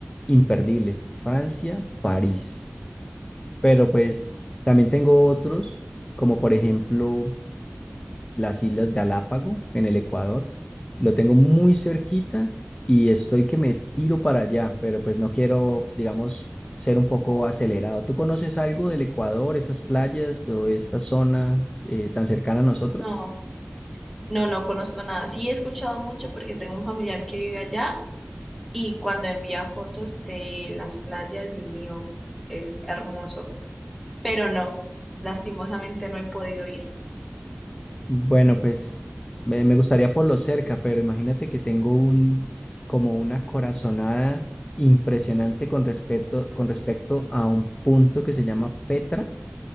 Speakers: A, on the left (about 20°); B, in the centre.
A: imperdibles, Francia, París. Pero pues también tengo otros, como por ejemplo las Islas Galápago en el Ecuador. Lo tengo muy cerquita y estoy que me tiro para allá, pero pues no quiero, digamos, ser un poco acelerado. ¿Tú conoces algo del Ecuador, estas playas o esta zona eh, tan cercana a nosotros?
B: No, no, no conozco nada. Sí he escuchado mucho porque tengo un familiar que vive allá y cuando envía fotos de las playas, Dios mío, es hermoso. Pero no, lastimosamente no he podido ir.
A: Bueno, pues me, me gustaría por lo cerca, pero imagínate que tengo un como una corazonada impresionante con respecto, con respecto a un punto que se llama Petra